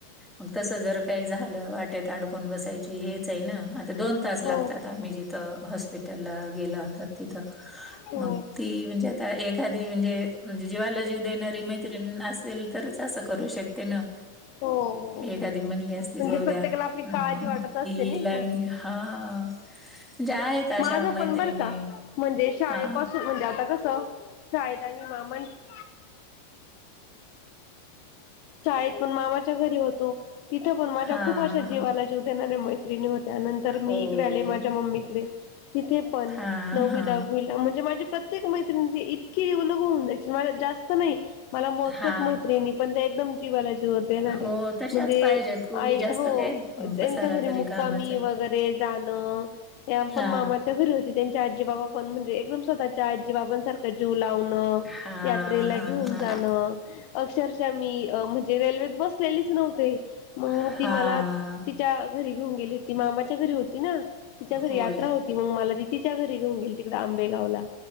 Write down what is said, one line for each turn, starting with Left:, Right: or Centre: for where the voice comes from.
Centre: मग तस जर काही झालं वाटेत अडकून बसायची हेच आहे न आता दोन तास लागतात
Left: हो
Centre: आम्ही जिथ त हॉस्पिटला गेला होतात तिथ
Left: हो
Centre: मग ती म्हणजे एखादी म्हणजे म्हणजे जीवाला जीव देणारी मैत्रीण असेल तरच असं करू शकते न.
Left: हो हो
Centre: एखादी म्हणली असती
Left: म्हणजे
Centre: जाऊद्या
Left: प्रत्येकाला आपली
Centre: हम्म
Left: काळजी वाटत असते
Centre: इला
Left: नाही का
Centre: निका हा जे आहेत. अशा
Left: माझ
Centre: मैत्रिणी
Left: पण बर का म्हणजे शाळेपासून
Centre: हा
Left: आता कस शाळेत आम्ही मामाची शाळेत पण मामाच्या घरी होतो, तिथं पण माझ्या
Centre: हा
Left: खूप अशा
Centre: हा
Left: जीवाला जीव देणाऱ्या मैत्रिणी होत्या त्यानंतर मी
Centre: हो
Left: इकडे आले माझ्या मम्मीकडे तिथे पण
Centre: हा
Left: नवी
Centre: हा
Left: दहावी म्हणजे माझी प्रत्येक मैत्रणी जी इतकी जीवलग होऊन जायची मला जास्त नाही. मला मोजक्याच
Centre: हा
Left: मैत्रिणी पण एकदम जीवाला जी व देणाऱ्या.
Centre: हो तशाच
Left: म्हणजे
Centre: पाहिजेत उगी
Left: आई
Centre: जास्त
Left: हो
Centre: काही अं,
Left: त्यांच्या
Centre: पसारा
Left: घरी
Centre: तरी
Left: मुक्कामी
Centre: कामाचा आहे.
Left: वगैरे जाण, त्या
Centre: हा
Left: पण मामाच्या घरी <inaudible> त्यांचे आजीबाबा पण म्हणजे एकदम स्वतःच्या आजीबाबांसारखं जीव लावणं
Centre: हा
Left: यात्रेला
Centre: हा
Left: घेऊन
Centre: हा
Left: जाणं. अक्षरशः मी म्हणजे रेल्वेत बसलेलीच नव्हते. मग
Centre: हा
Left: ती मला च्या घरी घेऊन गेली होती. मामाच्या घरी होती ना, तिच्या घरी
Centre: होय
Left: यात्रा होती. ती मग मला ती तिच्या घरी घेऊन गेल तिकडडे आंबेगावला